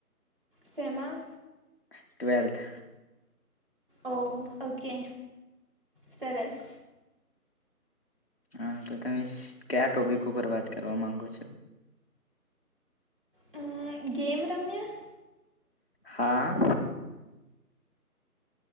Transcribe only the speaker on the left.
ટ્વેલ્થ
હા તો તમે ક્યા ટોપિક ઉપર વાત કરવા માંગો છો.
હા.